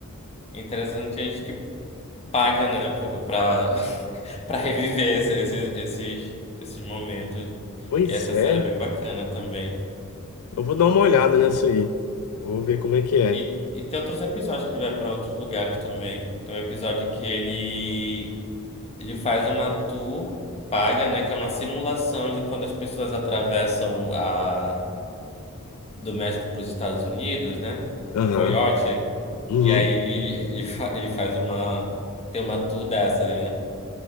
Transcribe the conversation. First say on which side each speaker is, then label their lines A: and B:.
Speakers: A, on the left; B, on the left.
A: interessante que a gente que paga, né, pra, pra <laughs> pra reviver esse- esses, esses, esses momentos.
B: Pois
A: E essa
B: é.
A: série é bem bacana também.
B: Eu vou dar uma olhada nessa aí. Vou ver como é que é.
A: E, e tem outros episódios que ele vai pra outros lugares também. Tem um episódio que ele, ele faz uma tour paga, né, que é uma simulação de quando as pessoas atravessam a do México para os Estados Unidos, né?
B: Aham.
A: Um coiote.
B: Uhum.
A: E aí ele, fa- ele faz uma. Tem uma tour dessa, né?